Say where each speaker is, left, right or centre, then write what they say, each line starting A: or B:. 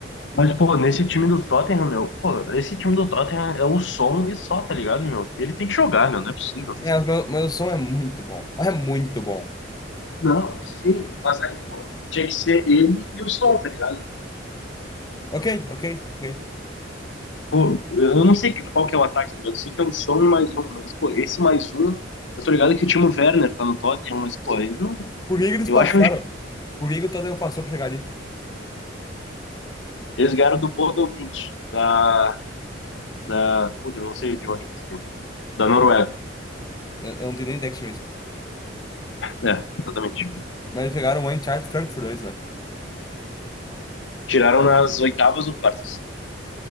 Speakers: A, on the left; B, on the left.
A: Mas, pô, nesse time do Tottenham, meu, pô, esse time do Tottenham é o som e só, tá ligado, meu? Ele tem que jogar, meu, não é possível.
B: É, o meu, meu som é muito bom. É muito bom.
A: Não, sim, mas aí, pô, tinha que ser ele e o som, tá ligado?
B: Ok, ok, ok.
A: Pô, eu não sei que- qual que é o ataque, tá ligado? Eu sei que é o som e mais um, mas, pô, esse mais um, eu tô ligado que o Timo Werner tá no Tottenham, mas, pô, ele não,
B: Por que que eles
A: eu
B: passaram?
A: acho um...
B: Por que que o Tottenham passou pra chegar ali?
A: Eles ganharam do Bodo Glimt, da, da, puta, eu não sei de onde que esse time, da Noruega,
B: Eu, eu não tenho nem ideia que time é esse, meu.
A: é, exatamente.
B: Mas eles chegaram lá em Eintracht Frankfurt antes, né?
A: Tiraram nas oitavas ou quartas,